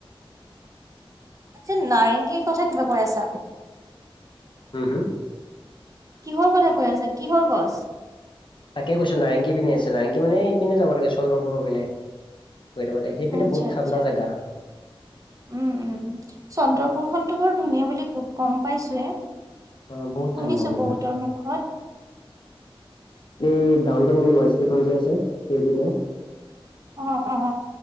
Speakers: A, on the right; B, on the left.
A: আচ্ছা নাৰেংগীৰ কথা কিবা কৈ আছা?
B: হু, হু
A: কিহৰ কথা কৈ আছা কিহৰ গছ?
B: তাকে কৈছো নাৰেঙগী পিনে আছে নাৰেঙগী মানে এই পিনে যাব লাগে চন্দ্ৰ পুৰ পিনে। গৈ থাকোতে সেইপিনে
A: আচ্ছা
B: বহুত
A: আচ্ছা
B: ঠাণ্ডা জেগা
A: উম উম চন্দ্ৰপুৰ খনতো বৰ ধুনীয়া বুলি গম পাইছোয়ে
B: অ বহুত
A: শুনিছো
B: ঠাণ্ডা জেগা
A: বহুতৰ মুখত।
B: এই ডাউন টাউন ইউনিভাৰ্চিটিখন যে আছে সেইটোকে।
A: অ অ।